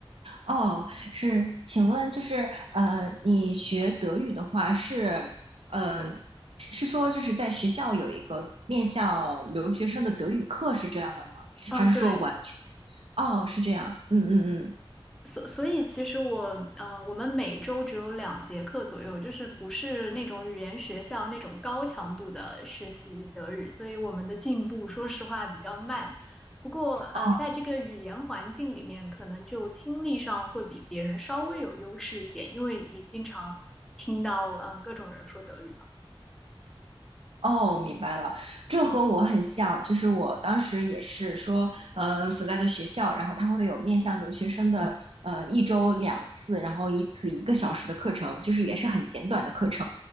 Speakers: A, on the right; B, in the centre.
A: 哦，是，请问就是呃，你学德语的话是，呃，是说就是在学校有一个面向留学生的德语课是这样的吗？
B: 嗯，
A: 还是说完全？
B: 对。
A: 哦，是这样，嗯嗯嗯，
B: 所所以，其实我，嗯，我们每周只有两节课左右，就是不是那种语言学校那种高强度的学习德语，所以我们的进步，说实话比较慢。不过，呃，
A: 哦。
B: 在这个语言环境里面，可能就听力上会比别人稍微有优势一点，因为你经常听到，嗯，各种人说德语嘛，
A: 哦，明白了，这和我很像，就是我当时也是说，呃，所在的学校，然后它会有面向留学生的，呃，一周两次，然后一次一个小时的课程，就是也是很简短的课程，